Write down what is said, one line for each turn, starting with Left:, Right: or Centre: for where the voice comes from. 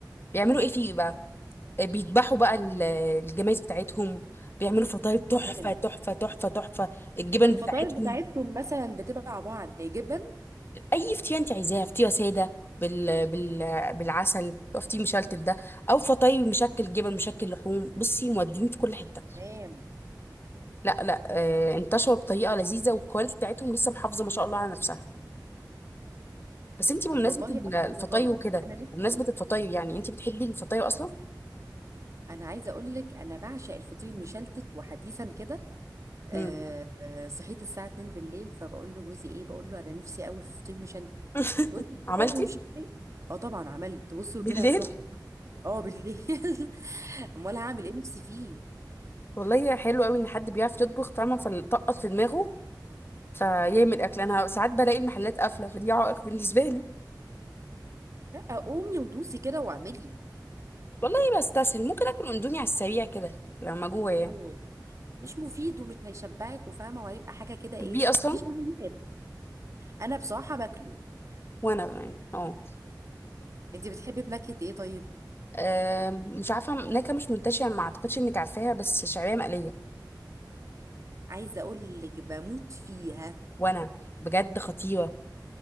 Left: بيعملوا ايه فيه بقى آه، بيذبحوا بقى ال- الجمايز بتاعتهم بيعملوا فطاير تحفه
Right: تمام
Left: تحفه تحفه تحفه الجبن
Right: طب الفطاير
Left: بتاعتهم
Right: بتاعتهم مثلا بتبقى عباره عن إيه؟ جبن
Left: اي فتيه انت عايزاها فتيه ساده بال... بال... بالعسل لو فتيه مشلتت ده او فطاي مشكل جبن مشكل لحوم بصي مودين في كل حته
Right: تمام
Left: لا لا آه انتشروا بطريقه لذيذه والكواليتي بتاعتهم لسه محافظه ما شاء الله على نفسها بس انت بمناسبه
Right: طب والله
Left: ال-
Right: انا
Left: الفطاي
Right: عايزه اجرب
Left: وكده
Right: انا نفسي
Left: بمناسبه
Right: اجرب
Left: الفطاي يعني انت بتحبي الفطاي اصلا
Right: انا عايزه اقول لك انا بعشق الفطير مشلتت وحديثا كده آه
Left: امم
Right: آه، صحيت الساعه 2 بالليل فبقول له جوزي ايه بقول له انا نفسي قوي في فطير مشلتت
Left: <laughs>
Right: يقول لي
Left: عملتي
Right: ازاي ومش ازاي اه طبعا عملت بصي
Left: بالليل
Right: وطلع تحفه اه بالليل <laughs> امال هعمل ايه نفسي فيه
Left: والله حلو قوي ان حد بيعرف يطبخ فاهمه فلطقط في دماغه فيعمل اكل انا ساعات بلاقي المحلات قافله فدي عائق بالنسبه لي
Right: لا قومي ودوسي كده واعملي
Left: والله بستسهل ممكن اكل اندومي على السريع كده لما جوه يعني.
Right: أوه. مش مفيد ومش هيشبعك وفاهمه وهيبقى حاجه كده ايه
Left: بتحبيه اصلا
Right: مش مهم. انا بصراحه باكله
Left: وانا يعني اه
Right: انت بتحبي بنكهه ايه طيب
Left: آم، مش عارفه نكهه مش منتشره ما اعتقدش انك عارفاها بس شعريه مقليه
Right: عايزه اقول لك بموت فيها
Left: وانا بجد خطيره